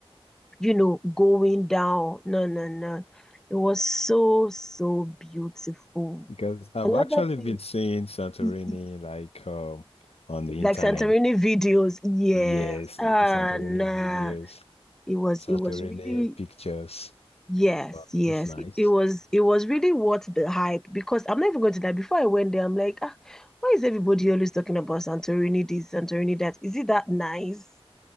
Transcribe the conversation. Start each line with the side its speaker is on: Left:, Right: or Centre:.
Centre: you know, going down. No, no, no. It was so, so beautiful.
Left: because I've
Centre: Another
Left: actually
Centre: thing,
Left: been seeing Santorini
Centre: e- e-
Left: like um on the
Centre: like
Left: internet.
Centre: Santorini videos, yes.
Left: Yes,
Centre: Ah,
Left: Santorini
Centre: nah
Left: videos,
Centre: it was
Left: Santorini
Centre: it was really
Left: pictures.
Centre: Yes,
Left: Wow,
Centre: yes.
Left: that's nice.
Centre: It, it was it was really worth the hype because I'm not even going to lie. Before I went there, I'm like, ah, why is everybody always talking about Santorini this, Santorini that? Is it that nice?